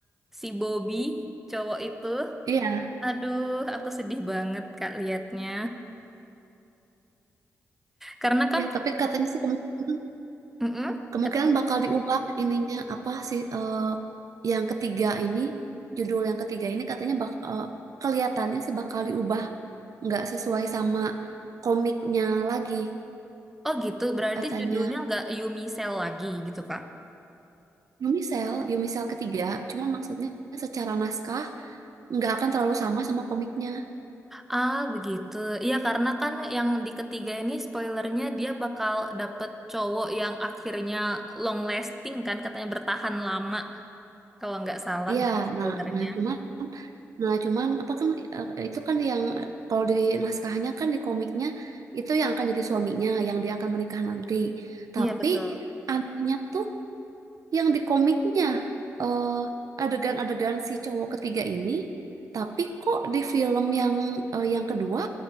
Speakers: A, in the centre; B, on the right (about 65°).
A: si Bobby cowok itu.
B: Iya.
A: Aduh, aku sedih banget Kak liatnya. Karena kan,
B: Iya, tapi katanya sih kemungkinan
A: Mm-mm.
B: kemungkinan
A: Kenapa?
B: bakal diubah ininya apa sih eh, yang ketiga ini judul yang ketiga ini katanya bak eh, kelihatannya sih bakal diubah nggak sesuai sama komiknya lagi
A: Oh gitu, berarti
B: katanya.
A: judulnya nggak Yumi Cell lagi gitu Kak.
B: Yumisel, Yumisel ketiga, cuman maksudnya secara naskah nggak akan terlalu sama sama komiknya.
A: Ah begitu, iya karena kan yang di ketiga ini spoilernya dia bakal dapet cowok yang akhirnya long lasting kan, katanya bertahan lama kalau nggak salah
B: Iya,
A: dari spoilernya.
B: nah, nah cuman, nah cuman apa kan eh, itu kan yang eh, kalau di naskahnya kan di komiknya itu yang akan jadi suaminya, yang dia akan menikah nanti. Tapi
A: Iya betul.
B: anehnya tuh yang di komiknya eh, adegan-adegan si cowok ketiga ini, tapi kok di film yang eh, yang kedua